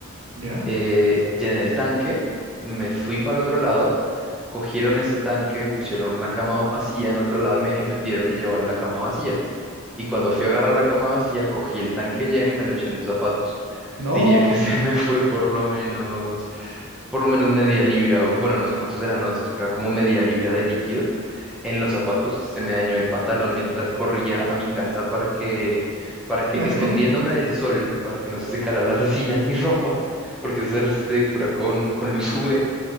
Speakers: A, on the right; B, in the centre.
A: ¿ya?
B: eh, llené el tanque, me fui para otro lado, cogieron ese tanque, pusieron una cama vacía en otro lado y me, me pidieron que llevara la cama vacía. Y cuando fui a agarrar la cama vacía, cogí el tanque lleno y me lo eché en los zapatos.
A: No.
B: Diría que <laughs> se me fue por lo menos, por lo menos media libra, o bueno, no sé cuántos eran onzas, pero era como media libra de líquido. En los zapatos se me dañó el pantalón mientras corría a mi casa para que, para que,
A: <laughs>
B: escondiéndome del sol, para que no se secara la resina en mi ropa, porque eso se, se cura con, con luz <laughs> UV,